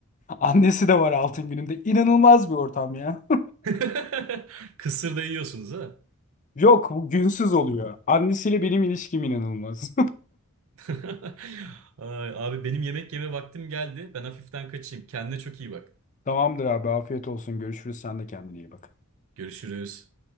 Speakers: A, on the left (about 35°); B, on the right (about 65°).
A: Annesi de var altın gününde. İnanılmaz bir ortam ya.
B: <laughs> Kısır da yiyorsunuz ha.
A: <laughs> Yok bu günsüz oluyor. Annesiyle benim ilişkim inanılmaz.
B: <laughs> Ay, abi benim yemek yeme vaktim geldi. Ben hafiften kaçayım. Kendine çok iyi bak.
A: <laughs> Tamamdır abi afiyet olsun. Görüşürüz. Sen de kendine iyi bak.
B: Görüşürüz.